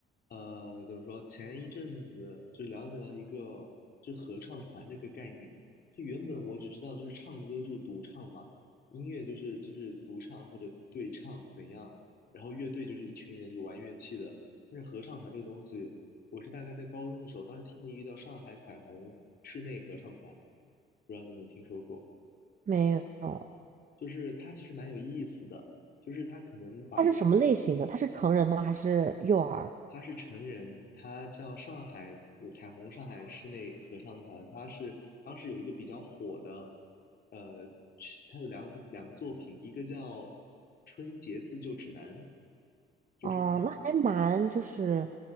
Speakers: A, on the left; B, on the right.
A: 呃，怎么说？前一阵子就了解到一个，就是合唱团这个概念。就原本我只知道就是唱歌就是独唱嘛，音乐就是就是独唱或者对唱怎样，然后乐队就是一群人就玩乐器的。但是合唱团这个东西，我是大概在高中的时候，当时听了一个叫上海彩虹室内合唱团，不知道你有没有听说过？
B: 没有。
A: 就是它其实蛮有意思的。就是他可能把一
B: 他是什么类型的？他是成人吗？还是幼儿？
A: 他是成人，他叫上海呃彩虹上海室内合唱团，他是当时有一个比较火的，呃，曲他有两个两个作品，一个叫《春节自救指南》，就是
B: 哦，那还蛮就是